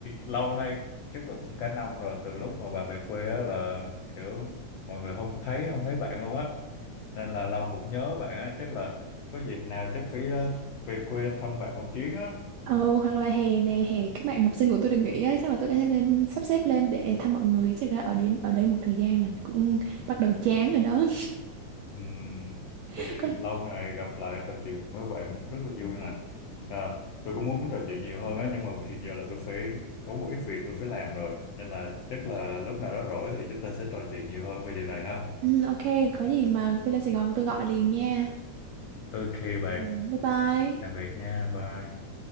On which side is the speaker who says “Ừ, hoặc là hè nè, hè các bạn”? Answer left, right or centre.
Right